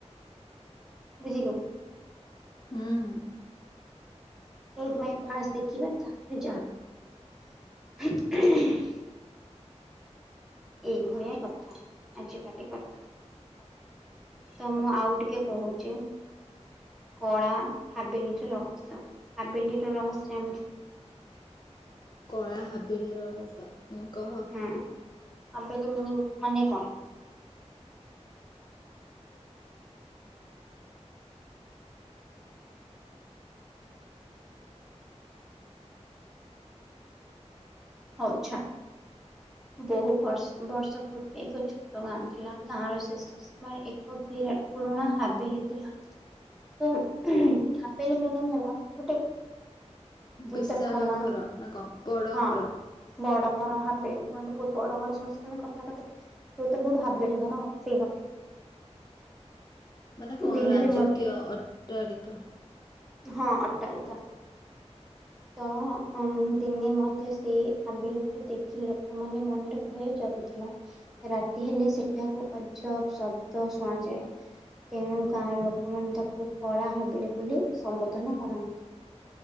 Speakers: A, in the centre; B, on the left.
A: ବୁଝିଲୁ।
B: ହୁଁ, ହୁଁ।
A: ସେଇଥିପାଇଁ ଫାଷ୍ଟ ଦେଖିବା ତାପରେ ଯାହା ହବ। ଏଇଭଳିଆ କଥା, ଆଜିକାଲି କଥା। ତ ମୁଁ ଆଉ ଟିକେ କହୁଚି। କଳା ହାବିଲି ର ରହସ୍ୟ। ହାବେଲିିର ରହସ୍ୟ ଏମିତି
B: କଳା ହାବିଳି ର ରହସ୍ଯ ହୁଁ, କହ।
A: ହଁ ଆବେଲି ମିନିଙ୍ଗ ମାନେ କଣ? ହଉ ଛା ବହୁ ବର୍ଷ ବର୍ଷ ପୂର୍ବେ ଏକ ଛୋଟ ଗାଁ ଥିଲା। ଗାଁ ର ଶେଷ ସୀମାରେ ଏକ ବିରାଟ ପୁରୁଣା ହାବେଲି ଥିଲା। ତ ହାବେଲି ମିନିଙ୍ଗ ହେଲା ଗୁଟେ ଭୂତରଖାନା
B: ବିଶାଳ ଘର ନା କଣ ବଡ
A: ହଁ।
B: ଘର
A: ବଡ ଘର ହାବେ, କୁହନ୍ତି ବହୁତ ବଡ ଘର ସମସ୍ତେ ମାନେ କଥା କଥାରେ ତୁ ତୋ ବହୁତ ହାବେଳି ଘର ସେଇ ଭଳିଆ।
B: ମାନେ
A: ଘର
B: କଣ
A: ଦିନରେ
B: ରାଜକୀୟ
A: ମଧ୍ୟ
B: ଅଟ୍ଟାଳିକା।
A: ହଁ ଅଟ୍ଟାଳିକା। ତ ଅଁ, ଦିନେ ମଧ୍ୟ ସେଇ ହାବେଳିକୁ ଦେଖି ଲୋକମାନେ ମନରେ ଭୟ ଜା ଗୁ ଥିଲା, ରାତି ହେଲେ ସେଠାକୁ ଅଜବ ଶବ୍ଦ ଶୁଣାଯାଏ। ତେଣୁ ଗାଁ ଲୋକମାନେ ତାକୁ କଳା ହାବିଳି ବୋଲି ସମ୍ବୋଧନ କରନ୍ତି।